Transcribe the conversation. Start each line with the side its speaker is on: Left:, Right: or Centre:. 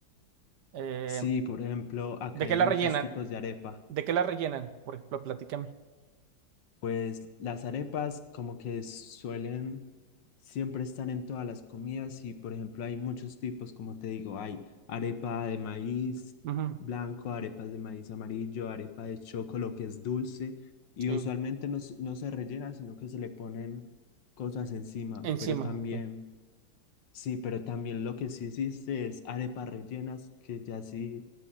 Right: eh,
Left: Sí, por ejemplo, acá
Right: ¿de
Left: hay
Right: qué
Left: muchos
Right: la rellenan?
Left: tipos de arepa.
Right: ¿De qué la rellenan? Por ejemplo, platícame.
Left: Pues las arepas como que suelen siempre estar en todas las comidas y por ejemplo hay muchos tipos, como te digo, hay arepa de maíz
Right: Ujú,
Left: blanco, arepas de maíz amarillo, arepa de chocolo que es dulce y
Right: sí.
Left: usualmente no, s- no se rellena, sino que se le ponen cosas encima,
Right: Encima.
Left: pero también...
Right: sí.
Left: Sí, pero también lo que sí existe es arepas rellenas, que ya sí,